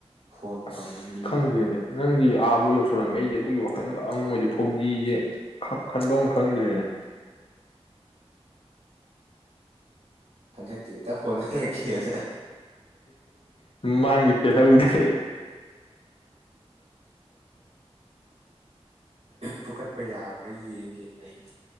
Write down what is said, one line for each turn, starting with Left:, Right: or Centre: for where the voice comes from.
Right: ꯐꯣꯟ
Left: ꯑꯁ
Right: ꯇꯧꯔꯛꯏꯉ
Left: ꯈꯪꯗꯦꯅꯦ ꯅꯪꯗꯤ ꯑꯥꯕꯨ ꯌꯧꯁꯜꯂꯂꯝꯃꯦ ꯑꯩꯗꯤ ꯑꯗꯨꯒꯤ ꯋꯥꯈꯜ ꯈꯑꯝꯃꯣꯏꯗꯤ ꯐꯧꯖꯤꯁꯦ ꯈꯟꯕ ꯑꯃ ꯈꯪꯗ꯭ꯔꯦꯅꯦ
Right: ꯍꯗ ꯇ ꯇ ꯀꯅꯔ ꯀꯔ
Left: ꯃꯥꯡꯒꯤ ꯄꯦꯂ ꯎꯗꯦ
Right: ꯐꯀꯠꯄ ꯌꯥꯕ꯭ꯔꯥ ꯌꯦꯡꯒꯦꯅ ꯑꯩꯁꯦ